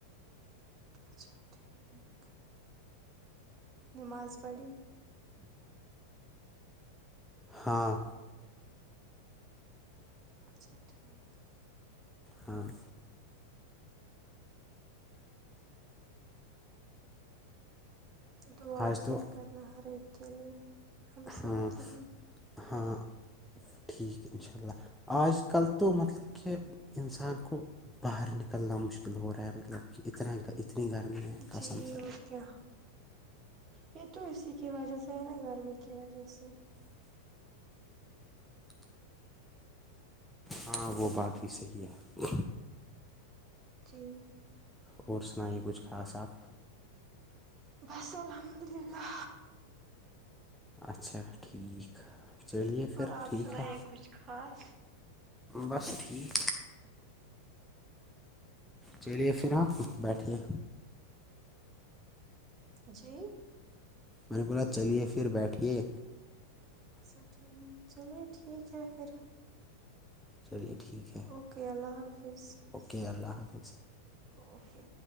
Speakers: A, on the right; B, in the centre.
A: اچھا ٹھیک نماز پڑھی
B: ہاں
A: اچھا ٹھیک
B: ہاں
A: دعا
B: آج
A: کیا
B: تو
A: کرنا ہر ایک کے لیے ہم
B: ہاں
A: سب کے لیے
B: ہاں ٹھیک ہے انشاء اللہ آج کل تو مطلب کہ انسان کو باہر نکلنا مشکل ہو رہا ہے مطلب کہ اتنا کا اتنی گرمی ہے قسم
A: جی
B: سے
A: اور کیا یہ تو اسی کی وجہ سے ہے نا گرمی تو کی وجہ سے
B: ہاں وہ بات بھی صحیح ہے
A: جی
B: اور سنائیے کچھ خاص آپ
A: بس الحمد للہ
B: اچھا ٹھیک چلیے پھر
A: اور آپ
B: ٹھیک
A: سنائیں
B: ہے
A: کچھ خاص
B: بس ٹھیک چلیے پھر آپ بیٹھے
A: جی
B: میں نے بولا چلیے پھر بیٹھیے
A: اچھا ٹھیک چلیے ٹھیک ہے پھر
B: چلیے ٹھیک ہے
A: اوکے اللہ حافظ
B: اوکے اللہ حافظ
A: اوکے